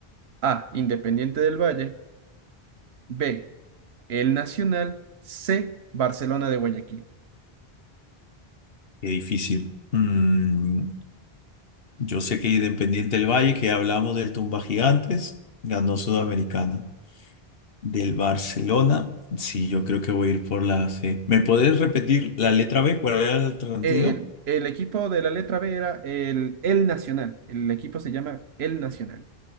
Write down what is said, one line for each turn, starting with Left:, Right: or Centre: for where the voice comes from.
Right: A, Independiente del Valle, B, El Nacional, C, Barcelona de Guayaquil.
Left: Qué difícil. Mm, yo sé que Independiente del Valle, que hablamos del Tumba Gigantes, ganó Sudamericana. Del Barcelona, sí, yo creo que voy a ir por la C. ¿Me podés repetir la letra B? ¿Cuál era el alternativo?
Right: El, el equipo de la letra B era el, el Nacional. El equipo se llama El Nacional.